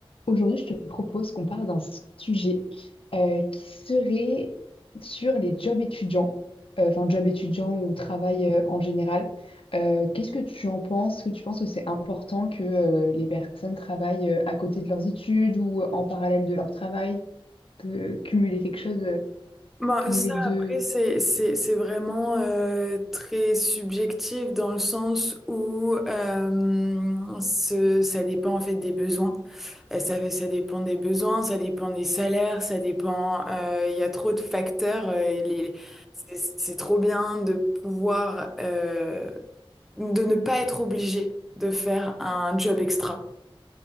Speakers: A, on the left; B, in the centre.
A: Aujourd'hui, je te propose qu'on parle d'un sujet euh, qui serait sur les jobs étudiants, euh, enfin jobs étudiants ou travail euh, en général. Euh, qu'est-ce que tu en penses? Est-ce que tu penses que c'est important que euh, les personnes travaillent euh, à côté de leurs études ou en parallèle de leur travail, que cumuler quelque chose, euh,
B: Ben,
A: cumuler
B: ça,
A: de
B: après, c'est, c'est, c'est vraiment euh, très subjectif dans le sens où euh, ce- ça dépend en fait des besoins. Euh, ça, fait- ça dépend des besoins, ça dépend des salaires, ça dépend. euh, Il y a trop de facteurs. euh, et les- c'est c'est trop bien de pouvoir euh, de ne pas être obligé de faire un job extra.